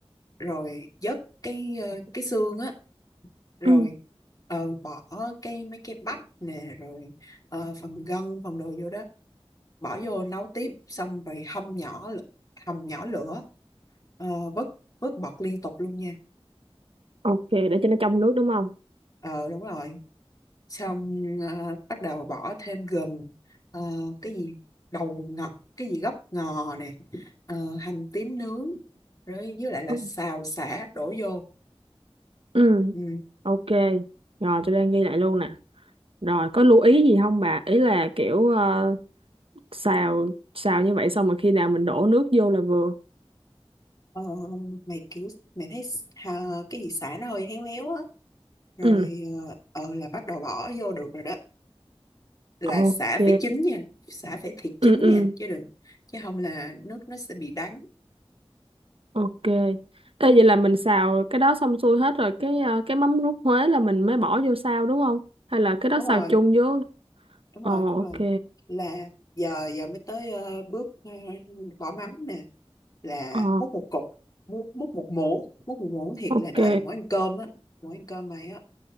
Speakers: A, on the left; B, on the right.
A: rồi vớt cái ờ, cái xương á rồi
B: ừ
A: ờ, bỏ cái mấy cái bắp nè rồi ờ, phần gân phần đồ vô đó bỏ vô nấu tiếp xong rồi hâm nhỏ l- hầm nhỏ lửa ờ, vớt vớt bọt liên tục luôn nha
B: Ok, để cho nó trong nước đúng không?
A: ờ đúng rồi xong ờ, bắt đầu bỏ thêm gừng ờ, cái gì đầu ngọt cái gì gốc ngò nè ờ, hành tím nướng rồi với lại là
B: ừ
A: xào sả đổ vô
B: Ừ,
A: ừ.
B: ok rồi tôi đang ghi lại luôn nè rồi có lưu ý gì không bà ý là kiểu ờ, xào xào như vậy xong mà khi nào mình đổ nước vô là vừa
A: ờ, mày kiểu mày thấy s- hà- cái gì sả nó hơi héo héo á rồi
B: ừ
A: ờ ờ, là bắt đầu bỏ vô được rồi đó là
B: ok
A: xả phải chín nha xả phải thiệt
B: ừ
A: chín
B: ừ
A: nha chứ đừng chứ không là nước nó sẽ bị đắng
B: ok Ê, vậy là mình xào cái đó xong xuôi hết rồi cái ờ, cái mắm rút Huế là mình mới bỏ vô xào đúng không hay là cái đó
A: đúng
B: xào
A: rồi
B: chung với
A: đúng
B: ờ
A: rồi đúng
B: ok
A: rồi là giờ giờ mới tới ờ, bước ờ, bỏ mắm nè là
B: ờ
A: múc một cục múc, múc một muỗng múc một muỗng thiệt
B: ok
A: là đầy mỗi ăn cơm á mỗi ăn cơm này á